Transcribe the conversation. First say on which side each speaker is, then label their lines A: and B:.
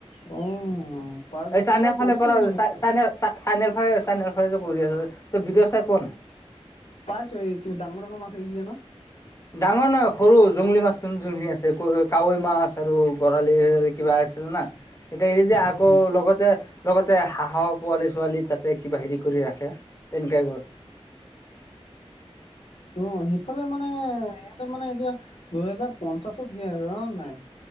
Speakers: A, on the left; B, on the left.
A: অ, পাৰা যায়
B: এই
A: তেনেকুৱা
B: চাইনাৰ ফালে
A: কৰিছে
B: কৰা
A: কিন্তু বহুত
B: চা চাইনা তাক চাইনাৰ ফালে চাইনাৰ ফালে কৰি আছে তই ভিডিঅ চাই পোৱা নাই,
A: পাইছো এই কিবা ডাঙৰ ডাঙৰ মাছ এৰি দিয়ে ন,
B: ডাঙৰ নহয় সৰু জংলী মাছ খিনি যোনখিনি আছে কাৱৈ মাছ আৰু বৰালি এ কিবা। ছিল না এতিয়া এই যে আকৌ
A: উম,
B: লগতে লগতে হাঁহ পোৱালি ছোৱালী তাতে কিবা হেৰি কৰি ৰাখে তেনেকাই কৰ
A: অ, সিফালে মানে ইয়াতে মানে এতিয়া দুহেজাৰ পঞ্চাশত জীয়াই আছে জান নে নাই,